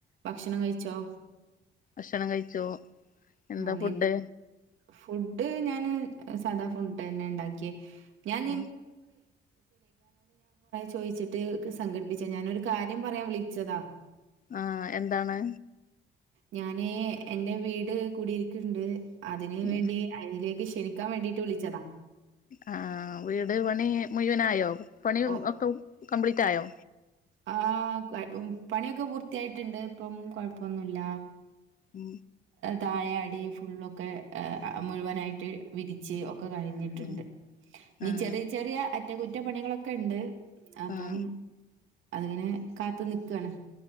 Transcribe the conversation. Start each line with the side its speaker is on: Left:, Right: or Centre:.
Right: ഭക്ഷണം കഴിച്ചോ
Left: ഭക്ഷണം കഴിച്ചോ എന്താ
Right: ആന്നെ
Left: ഫുഡ്
Right: ഫുഡ് ഞാന് സാദാ ഫുഡ് തന്നെ ഉണ്ടാക്കിയേ ഞാൻ
Left: ഉം
Right: ചോദിച്ചിട്ട്, സംഘടിപ്പിച്ചാ ഞാനൊരു കാര്യം പറയാൻ വിളിച്ചതാ.
Left: ആ എന്താണ്
Right: ഞാന് എന്റെ വീട് കൂടിയിരിക്കുണ്ട് അതിന്
Left: ഉം
Right: വേണ്ടി അയിലേക്ക് ക്ഷണിക്കാൻ വേണ്ടിയിട്ട് വിളിച്ചതാ
Left: ആഹ വീട് പണി മുഴുവനായോ പണി
Right: ഓ
Left: ഒക്കെ കംപ്ലീറ്റ് ആയോ
Right: ആ കൊ പണിയൊക്കെ പൂർത്തിയായിട്ടുണ്ട് ഇപ്പം കൊഴപ്പൊന്നുല്ല.
Left: മം
Right: താഴെ അടി ഫുള്ളൊക്കെ മുഴുവനായിട്ട് വിരിച്ച് ഒക്കെ കഴിഞ്ഞിട്ടുണ്ട്,
Left: ഉം
Right: ഇനി
Left: ആഹ്
Right: ചെറിയ ചെറിയ അറ്റകുറ്റപ്പണികളൊക്കെ ഉണ്ട്, അപ്പം
Left: ആഹ്
Right: അതിന് കാത്ത്നികാണ്.